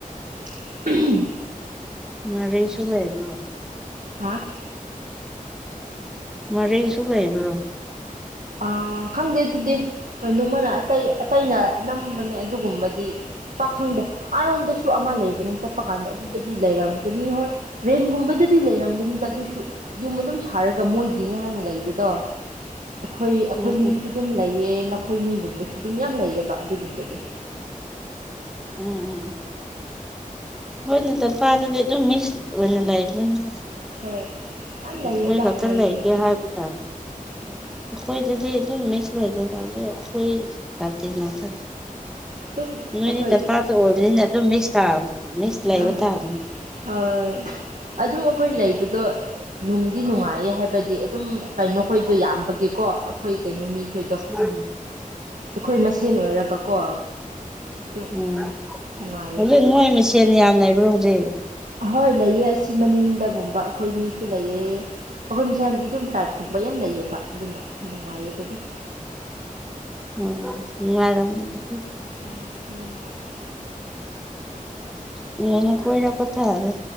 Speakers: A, on the right; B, in the centre.
A: <inaudible>
B: ꯉꯔꯦꯁꯨ ꯂꯩꯕ꯭ꯔꯣ
A: ꯍꯥ
B: ꯉꯔꯦꯡꯁꯨ ꯂꯩꯕ꯭ꯔꯣ
A: ꯑ ꯈꯪꯗꯦ ꯑꯗꯨꯗꯤ ꯀꯩꯅꯣꯝꯃꯅ ꯑꯇꯩ ꯑꯇꯩꯅ ꯅꯝꯕꯅꯦ ꯑꯗꯨꯒꯨꯝꯕꯗꯤ ꯄꯥꯛ ꯈꯪꯗꯦ ꯑꯥꯔꯣꯝꯗꯁꯨ ꯑꯃ ꯂꯩꯕꯅꯦ ꯆꯠꯄ ꯀꯥꯟꯗ ꯑꯗꯨꯗꯗꯤ ꯂꯩꯔꯝꯒꯅꯤ ꯍꯣꯏ ꯔꯦꯟꯒꯨꯝꯕꯗꯗꯤ ꯂꯩꯔꯝꯒꯅꯤꯗ ꯑꯗꯨꯁꯨ ꯌꯨꯝ ꯑꯗꯨꯝ ꯁꯥꯔꯒ ꯃꯣꯏꯒꯤꯅꯤ ꯍꯥꯏꯅ ꯂꯩꯕꯗꯣ ꯑꯈꯣꯏ ꯑꯈꯣꯏ
B: ꯎꯝ
A: ꯃꯤꯁꯨ
B: ꯎꯝ
A: ꯑꯗꯨꯝ ꯂꯩꯌꯦ ꯅꯈꯣꯏ ꯃꯤꯒꯨꯝꯕꯁꯨ ꯑꯗꯨꯝ ꯌꯥꯝ ꯂꯩꯌꯦꯕ ꯑꯗꯨꯒꯨꯝꯕꯗꯤ
B: ꯎꯝ ꯎꯝ ꯍꯣꯏꯅꯦ <unintelligible> ꯃꯥꯟꯅꯤꯅꯦ ꯑꯗꯨꯝ ꯃꯤꯛꯁ ꯑꯣꯏꯅ ꯂꯩꯕꯅꯤꯅ
A: ꯍꯣꯏ ꯌꯥꯝ ꯂꯩꯌꯦꯗ
B: ꯑꯈꫭꯏ ꯈꯛꯇ
A: ꯂꯩꯕꯕꯨ
B: ꯂꯩꯒꯦ ꯍꯥꯏꯕ <unintelligible>
A: ꯎꯝ
B: ꯑꯈꯣꯏꯗꯗꯤ ꯑꯗꯨꯝ ꯃꯤꯛꯁ ꯂꯩꯇꯦꯅ ꯑꯗꯨꯝ ꯑꯈꯣꯏ ꯖꯥꯇꯤ ꯉꯥꯛꯇꯅꯤ
A: ꯑꯗꯨꯝ
B: ꯅꯣꯏꯗꯤ
A: ꯑꯩꯈꯣꯏ
B: ꯇꯝꯄꯥꯛꯇ ꯑꯣꯏꯕꯅꯤꯅ ꯑꯗꯨꯝ ꯃꯤꯛꯁ ꯇꯥ ꯃꯤꯛꯁ ꯂꯩꯕ
A: ꯑ
B: ꯇꯥꯕꯅꯤ
A: ꯍꯣꯏ ꯑꯗꯨꯝ ꯑꯈꯣꯏ ꯂꯩ ꯕꯗꯣ ꯅꯨꯡꯗꯤ ꯅꯨꯡꯉꯥꯏꯌꯦ ꯍꯥꯏꯕꯗꯤ ꯑꯗꯨꯝ ꯀꯩꯅꯣꯈꯣꯏꯗꯣ ꯌꯥꯝ ꯕꯒꯤꯀꯣ ꯑꯈꯣꯏ ꯀꯩꯅꯣ ꯃꯤ ꯈꯣꯏꯗꯣ
B: ꯎꯝ
A: ꯑꯩꯈꯣꯏ ꯃꯁꯦꯟ ꯑꯣꯏꯔꯒꯀꯣ ꯑꯗꯨꯝ
B: ꯎꯝ
A: ꯅꯨꯡꯉꯥꯏ
B: ꯍꯧꯖꯤꯛ ꯅꯣꯏ ꯃꯁꯦꯟ ꯌꯥꯝ ꯂꯩꯕ꯭ꯔꯣ ꯍꯧꯖꯤꯛ
A: ꯑꯍꯣꯏ ꯂꯩꯌꯦ ꯑꯁꯤ ꯃꯅꯤꯡꯗꯒꯨꯝꯕ ꯑꯈꯣꯏ ꯃꯤ ꯁꯨ ꯂꯩꯌꯦ ꯑꯈꯣꯏ ꯃꯁꯦꯟꯗꯤ ꯑꯗꯨꯝ ꯇ꯭ꯔꯥꯏꯞꯀꯨꯝꯕ ꯌꯥꯝ ꯂꯩꯌꯦꯕ ꯑꯗꯨꯅ ꯅꯨꯡꯉꯥꯏꯌꯦꯕ ꯑꯗꯨꯝ
B: ꯎꯝ ꯅꯨꯡꯉꯥꯏꯔꯝꯒꯅꯤ <unintelligible>
A: ꯎꯝ ꯅꯨꯡꯉꯥꯏꯌꯦ
B: ꯅꯣꯡꯃ ꯀꯣꯏꯔꯛꯄ ꯇꯥꯔꯦ